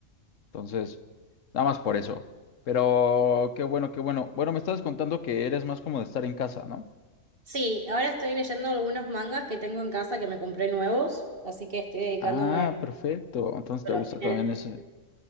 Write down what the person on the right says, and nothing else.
Sí, ahora estoy leyendo algunos mangas que tengo en casa que me compré nuevos, así que estoy dedicándome
a
los
fines
de-